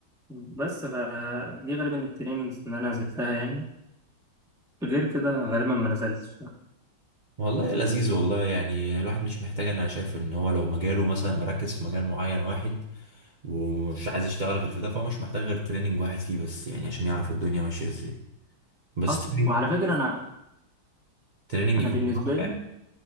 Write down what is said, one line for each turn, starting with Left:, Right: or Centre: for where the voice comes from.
Centre: بس فدي غالبا التريننجز اللي انا نزلتها يعني غير كده غالبا ما نزلتش
Right: والله لذيذ والله يعني الواحد مش محتاج انا شايف ان هو لو مجاله مثلا مركز في مجال معين واحد ومش عايز يشتغل غير في ده فهو مش محتاج غير تريننج واحد فيه بس يعني عشان يعرف الدنيا ماشية ازاي بس
Centre: حصل
Right: تريننج
Centre: وعلى فكرة أنا
Right: تريننج
Centre: انا
Right: يكون
Centre: بالنسبه
Right: صح يعني
Centre: لي